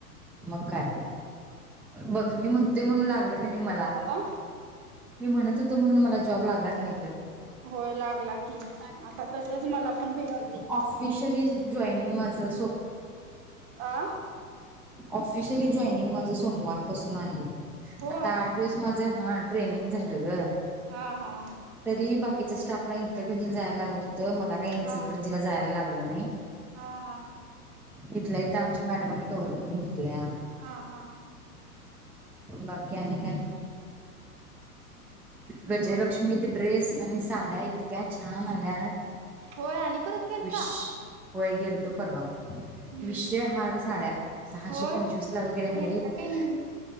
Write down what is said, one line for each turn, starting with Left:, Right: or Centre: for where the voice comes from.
Centre: मग काय बघ मी म्हणतोय म्हणून लागल की नाही मला
Right: अ
Centre: मी म्हणत होतो म्हणून मला जॉब लागला की नाही बर!
Right: होय लागला कि आता तसच मला पण भेटू दे
Centre: ऑफिशियली जॉईनिंग माझं
Right: अ
Centre: ऑफिशिअली जोइनिंग माझं सोमवारपासून आहे.
Right: होय
Centre: आता आठ दिवस
Right: हो
Centre: माझ ह ट्रेनिंग झालं ग
Right: हा हा
Centre: तरी बाकीच्या स्टाफला इचलकरंजीला जायला लागत होत मला काय इचलकरंजी
Right: हा
Centre: जायला लागल नाही
Right: हा हा
Centre: इथल्या इथ आमच्या मॅडमनी कव्हर करून घेतल्या
Right: हा हा
Centre: बाकी आणि काय
Right: म
Centre: गजलक्ष्मीत ड्रेस आणि साड्या इतक्या छान आल्यात
Right: होय आणि परत गेलता
Centre: विष होय गेल्तो परवा
Right: हम्म
Centre: विषय
Right: हम्म
Centre: हार्ड साड्या सहाशे
Right: होय
Centre: पंचवीस
Right: घेतला
Centre: ला वैगेरे हाईत
Right: काही नाही